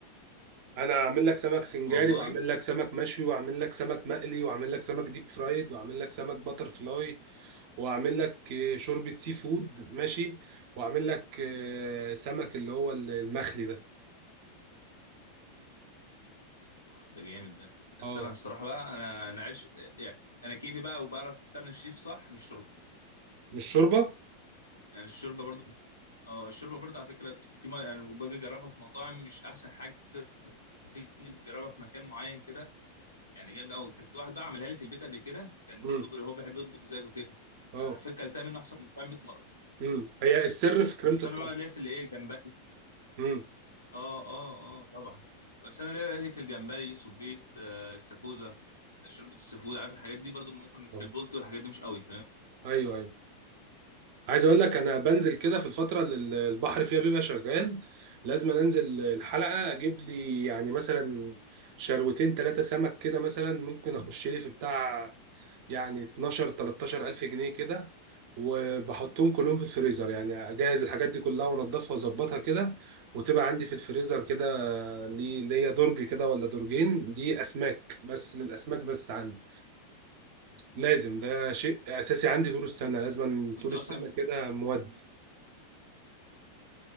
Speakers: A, on the right; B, on the left.
A: انا اعمل لك سمك سنجاري
B: والله
A: واعمل لك سمك مشوي واعمل لك سمك مقلي واعمل لك سمك ديب فرايد واعمل لك سمك باتر فلاي واعمل لك آه، شوربة سي فود ماشي واعمل لك آه، سمك اللي هو المخلي ده
B: اوف ده جامد ده السمك
A: اه
B: الصراحه بقى انا انا عش يعني انا كيفي بقى وبعرف فعلا الشيف صح مش شوربه
A: مش شوربة
B: يعني الشوربه برضه اه الشوربه برضه على فكره في ما يعني باجي اجربها في مطاعم مش احسن حاجه تيجي تجربها في مكان معين كده يعني جامد قوي كان في واحد بقى عملها لي في البيت قبل كده كان
A: امم
B: برضه بي- هو بيحب يطبخ زيك وكده
A: اه
B: انا حرفيا كلتها منه احسن من المطاعم 100 مره
A: امم هي السر في كريمة
B: بس
A: الطهي
B: انا بقى ليا في الايه جمبري
A: امم
B: اه اه اه طبعا بس انا ليا في الجمبري صبيط آه استاكوزا شوربه السفود عارف الحاجات دي برضه ممكن في
A: اه
B: البولت والحاجات دي مش قوي فاهم
A: ايوه ايوه عايز اقول لك انا بنزل كده في الفتره اللي ال- البحر فيها بيبقى شغال لازم انزل الحلقه اجيب لي يعني مثلا شروتين ثلاثه سمك كده مثلا ممكن اخش لي في بتاع يعني 12 13 الف جنيه كده وبحطهم كلهم في الفريزر يعني اجهز الحاجات دي كلها وانضفها واظبطها كده وتبقى عندي في الفريزر كده لي ليا درج كده ولا درجين دي اسماك بس للاسماك بس عندي لازم ده شيء اساسي عندي طول السنه لازم
B: وانت
A: طول السنه
B: اصلا بت...
A: كده مودي